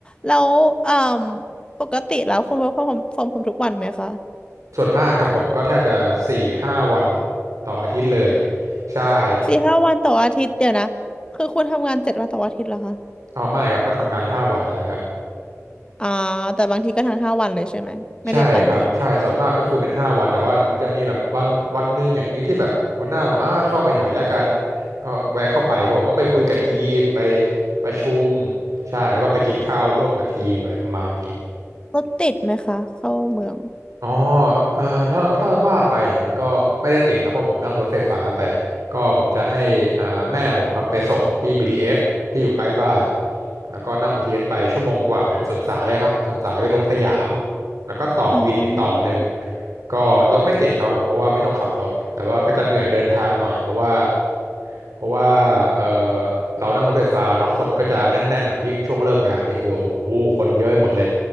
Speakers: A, on the left; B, on the right.
A: แล้วเอ่มปกติแล้วคุณ work from from home ทุกวันไหมคะ
B: ส่วนมากครับผมก็แทบจะสี่ห้าวันต่ออาทิตย์เลยใช่
A: สี่ห้าวันต่ออาทิตย์เดี๋ยวนะคือคุณทำงานเจ็ดวันต่ออาทิตย์เหรอคะ
B: อ๋อไม่ครับก็ทำงานห้าวันนั่นแหละครับ
A: อ่าแต่บางทีก็ทั้งห้าวันเลยใช่ไหมไม่ได้ไปเลย
B: ใช่ครับใช่ส่วนมากก็คือเป็นห้าวัน แต่ว่ามันจะมีแบบวันวันหนึ่งอย่างนี้ที่แบบหัวหน้าบอกอ่าเข้าไปหน่อยละกันก็แวะเข้าไปครับผมก็ไปคุยกับทีมไปประชุมใช่แล้วก็ไปกินข้าวร่วมกับทีมอะไรประมาณนี้
A: รถติดไหมคะเข้าเมือง
B: อ๋อเอ่อถ้าถ้าว่าไปเนี่ยมันก็ไม่ได้ติดนะเพราะผมนั่งรถไฟฟ้าไปก็ผมจะให้อ่าแม่ผมครับไปส่งที่ BTS ทีเอสที่อยู่ใกล้บ้านแล้วก็นั่ง BTS ไปชั่วโมงกว่าจากสุดสายอะครับสุดสายไปลงสยามแล้วก็ต่อวินอีกต่อหนึ่ง
A: อ่า
B: ก็รถไม่ติดครับผมเพราะว่าไม่ต้องขับรถแต่ว่าก็จะเหนื่อยเดินทางหน่อยเพราะว่าเพราะว่าเออเรานั่งรถไฟฟ้าเนาะคนก็จะแน่นๆหน่อยยิ่งช่วงเลิกงานนี่คือโอ้โหคนเยอะไปหมดเลย